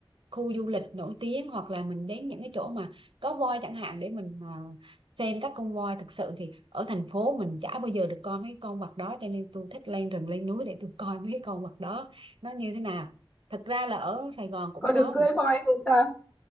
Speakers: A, on the right; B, on the left.
A: khu du lịch nổi tiếng hoặc là mình đến những cái chỗ mà có voi chẳng hạn để mình à, xem các con voi thực sự thì ở thành phố mình chả bao giờ được coi mấy con vật đó cho nên tôi thích lên rừng lên núi để tôi coi mấy con vật đó nó như thế nào thật ra là ở Sài Gòn cũng
B: có
A: có
B: được
A: mình
B: cưỡi
A: có
B: voi không ta